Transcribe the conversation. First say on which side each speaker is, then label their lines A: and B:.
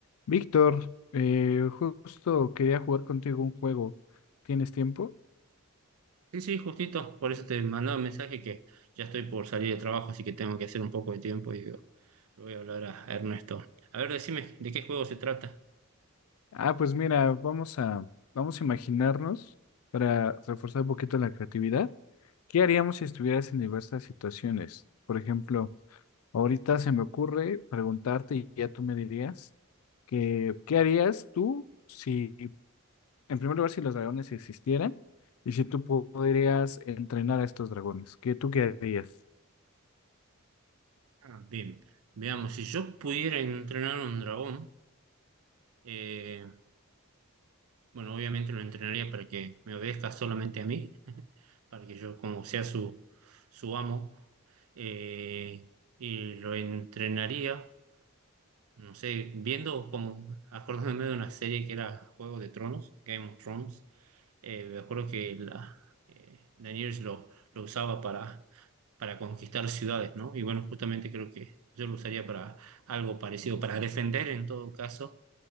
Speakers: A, on the left; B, on the right.
A: Víctor, eh, justo quería jugar contigo un juego. ¿Tienes tiempo?
B: Sí, sí, justito, por eso te mandaba un mensaje que ya estoy por salir de trabajo, así que tengo que hacer un poco de tiempo y digo, le voy a hablar a Ernesto. A ver, decime, ¿de qué juego se trata?
A: Ah, pues mira, vamos a, vamos a imaginarnos para reforzar un poquito la creatividad. ¿Qué haríamos si estuvieras en diversas situaciones? Por ejemplo, ahorita se me ocurre preguntarte y ya tú me dirías que, ¿qué harías tú si, en primer lugar, si los dragones existieran y si tú podrías entrenar a estos dragones? ¿Qué tú qué harías?
B: Ah, bien, veamos, si yo pudiera entrenar un dragón, eh, bueno, obviamente lo entrenaría para que me obedezca solamente a mí, <laughs> para que yo como sea su, su amo, eh, y lo entrenaría, no sé, viendo como, acordándome de una serie que era Juego de Tronos, Game of Thrones Eh, me acuerdo que la, eh, Daenerys lo, lo usaba para, para conquistar ciudades, ¿no? Y bueno, justamente creo que yo lo usaría para algo parecido, para defender en todo caso